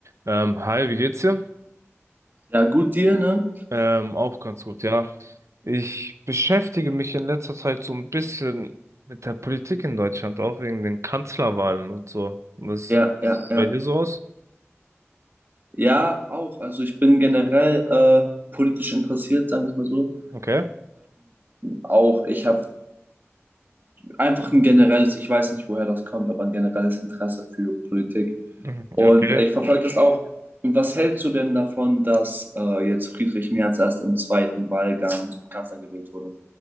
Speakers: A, on the right; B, on the right.
A: Ähm, hi, wie geht's dir?
B: Ja, gut dir, ne?
A: Ähm, auch ganz gut, ja. Ich beschäftige mich in letzter Zeit so ein bisschen mit der Politik in Deutschland, auch wegen den Kanzlerwahlen und so. Was
B: Ja,
A: sieht
B: ja, ja.
A: bei dir so aus?
B: Ja, auch. Also ich bin generell äh, politisch interessiert, sagen wir es mal so.
A: Okay.
B: Auch ich habe einfach ein generelles, ich weiß nicht, woher das kommt, aber ein generelles Interesse für Politik.
A: Mhm,
B: Und
A: Okay.
B: ich verfolge das auch. Und was hältst du denn davon, dass äh, jetzt Friedrich Merz erst im zweiten Wahlgang zum Kanzler gewählt wurde?